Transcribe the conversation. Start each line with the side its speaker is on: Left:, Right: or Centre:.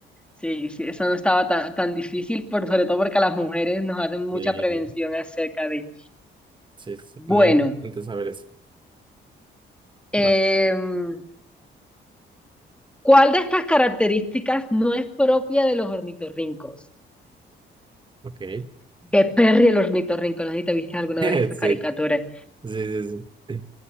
Centre: Sí, sí, eso no estaba tan, tan difícil, por, sobre todo porque a las mujeres nos hacen mucha
Right: Sí,
Centre: prevención acerca de...
Right: sí, sí.
Centre: Bueno,
Right: Muy importante saber eso.
Centre: em,
Right: Va,
Centre: ¿Cuál de estas características no es propia de los ornitorrincos?
Right: ok.
Centre: De Perry el ornitorrinco, no sé si te viste alguna
Right: <laughs>
Centre: vez esa
Right: Sí, sí,
Centre: caricatura.
Right: sí, sí.